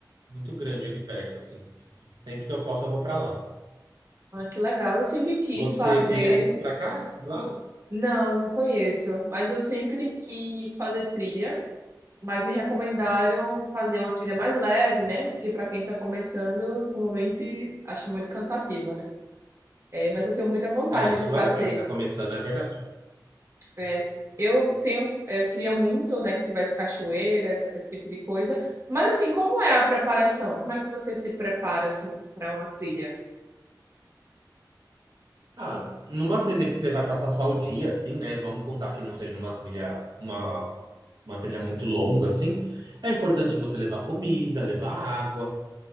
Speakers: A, on the right; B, on the right.
A: muito grande aqui perto, assim. Sempre que eu posso, eu vou pra lá.
B: Ah, que legal. Eu sempre quis
A: Você
B: fazer.
A: conhece pra cá esses lados?
B: Não, não conheço, mas eu sempre quis fazer trilha, mas me recomendaram fazer uma trilha mais leve, né? Porque para quem está começando, comumente acha muito cansativa, né? É, mas eu tenho muita vontade
A: Ah, isso
B: de fazer.
A: é, pra quem tá começando, é verdade.
B: É, eu tenho, eu queria muito, né, que tivesse cachoeiras esse, esse tipo de coisa. Mas assim, como é a preparação? Como é que você se prepara assim para uma trilha?
A: Ah, numa trilha que você vai passar só o dia, assim, né? Vamos contar que não seja uma trilha, uma, uma trilha muito longa, assim. É importante você levar comida, levar água,